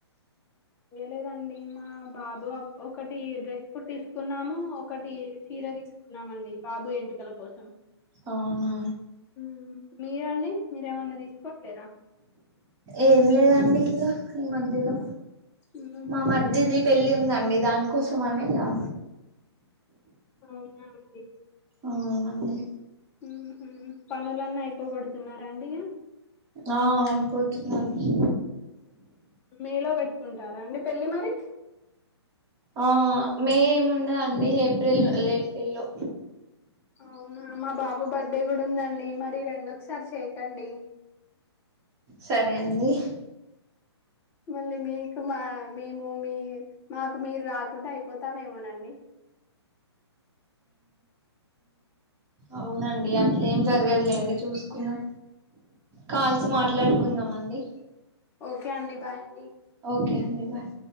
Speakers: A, on the left (about 15°); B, on the right (about 20°).
A: లేదండి మా బాబు అపు ఒకటి డ్రెస్ కుట్టించుకున్నాము ఒకటి. చీర తీసుకున్నామండి బాబు ఎంటికల కోసం.
B: అవునా
A: ఉమ్ మీరండి మీరేమన్నా తీసుకోవట్లేద.
B: ఏం లేదండి ఇగ ఈ మధ్యలో
A: మ్మ్హ్మ్.
B: మా మర్దిది పెళ్లి ఉందండి. మీ దానికోసమా అండి ఇగా.
A: అవునాండి.
B: అవునండి.
A: ఉహు పనులన్నీ అయిపోగొడుతున్నార ఇంకా.
B: ఆ అయిపోతుందండి.
A: మేలో పెట్టుకుంటారా అండి పెళ్ళి మరి.
B: ఆహ్ మే ఏముండదండి ఏప్రిల్ ఏప్రిల్ లో.
A: అవునా మా బాబు బర్త్డేగూడుందం. డి మరి రెండు ఒకసారి చేయకండి.
B: సరే అండి
A: మళ్ళీ మీకు మా మేము మీ మాకు మీరు రా. కుండా అయిపోతామేమోనండి.
B: అవునండి అట్ల ఏం జరగదులేండి చూసుకుందాం. కాల్సు మాట్లాడుకుందాం అండి
A: ఓకే అండి బాయ్ అండీ
B: ఓకే అండి బాయ్